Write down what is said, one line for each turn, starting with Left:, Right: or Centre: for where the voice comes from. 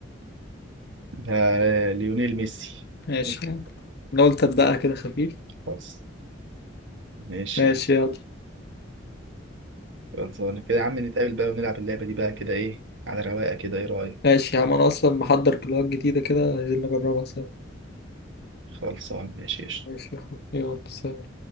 Right: آه، ليونيل ميسي
Left: ماشي
Right: <laughs>
Left: يعني أنا قلت أبدأها كده خفيف
Right: خلاص ماشي
Left: ماشي
Right: يا عم
Left: يلا
Right: خلصانة كده يا عم نتقابل بقى ونلعب اللعبة دي بقى كده ايه على رواقة كده ايه رأيك
Left: ماشي يا عم أنا أصلا محضر كلوهات جديدة كده عايزين نجربها سوا
Right: خلصان ماشي قشطة
Left: ماشي يا أخوي. يلا سلام.